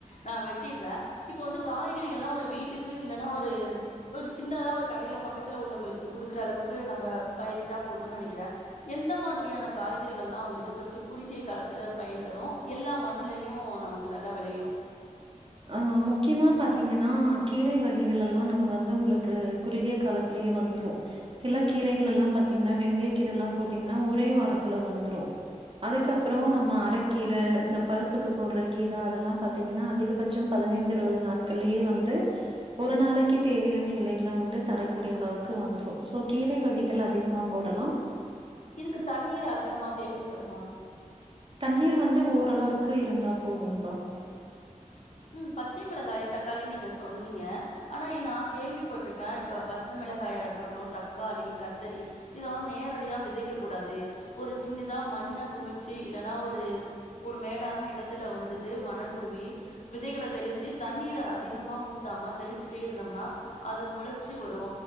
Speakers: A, on the left (about 60°); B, on the right (about 40°).
A: நா வெட்டிர்றே இப்ப வந்து காய்கறிகள்ல்லா ஒரு வீட்டுக்கு இல்லனா ஒரு ஒரு சின்னதா ஒரு கடயில பக்கத்துல உள்ளவங்களுக்கு குடுக்குற அளவுக்கு நம்ப பயிரிட்டா போதுன்னு நெனக்கிறே எந்த மாத் திரியான காய்கறிகள் எல்லா வந்துட்டு ஃபஸ்ட்டு குறுகிய காலத்துல பயன் தரும் எல்லா மண்ணுலயு நமக்கு நல்லா வெளயு
B: ஆ முக்கியமா பாத்தீங்கன்னா கீரை வகைகள் எல்லா நம்ப வந்து உங்களுக்கு குறுகிய காலத்திலே வந்துரு சில கீரைகள்லெல்லா பாத்தீங்கன்னா வெந்தய கீர எல்லா போட்டீங்கன்னா ஒரே வாரத்துல வந்துரு அதுக்கப்புறோ நம்ம அரக்கீர இந்த பருப்புக்கு போடுற கீர அதெல்லா பாத்தீங்கன்னா அதிகபட் சோ பதினைந்து இருவது நாட்களேயே வந்து ஒரு நாளைக்கு தேவையான இலைகள வந்து தரக்கூடிய அளவுக்கு வந்துடு ஸோ கீரை வகைகள் அதிகமா போடலா
A: இதுக்கு தண்ணீர் அதிகமா தேவைப்படுமா
B: தண்ணீர் வந்து ஓரளவுக்கு இருந்தா போதும்பா
A: உம் பச்சை மிளகாய் தக்காளி நீங்க சொன்னீங்க ஆனா ஏ நா கேள்விபட்ருகே இப்ப பச்ச மிளகாயாருக்கட்டும் தக்காளி கத்தரி இதெல்லா நேரடியா விதைக்க கூடாது ஒரு சின்னதா மண்ண குமிச்சு இல்லன்னா ஒரு ஒரு மேடான எடத்துல வந்துட்டு மணல் தூவி விதைகள தெளிச்சு தண்ணீர அதிகமா ஊத்தாம தெளிச்சுட்டே இருந்தோம்னா அது மொளச்சு வரு